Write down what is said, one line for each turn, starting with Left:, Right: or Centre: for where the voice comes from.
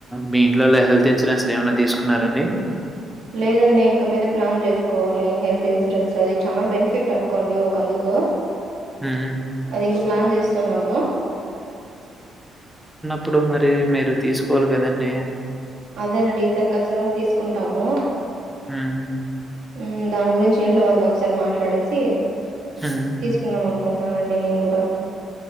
Centre: మీ ఇంట్లోల్ హెల్త్ ఇన్ సూరన్స్ ఏమన్నా తీస్ కున్నారండి.
Right: లేదండి ఇంక మీద ప్లాన్ జేస్కోవాలి హెల్త్ ఇన్సూరెన్స్ అది చాలా బెనిఫిట్ అన్కోండి ఒకందుకు.
Centre: హ్మ్.
Right: అదింక ప్లాన్ జేస్ తున్నాము.
Centre: ఇప్పుడు మరి మీరు తీస్కోవాలి గదండి.
Right: అదేనండి ఈసారి ఖచ్చితంగా తీసుకుంటాము
Centre: హ్మ్.
Right: ఉమ్ దాని గురించి ఇంట్లో వాళ్తో ఒక్సారి మాట్లాడేసి
Centre: హ్మ్.
Right: తీసుకుందామనుకుంట్నానండి నేన్ గూడా.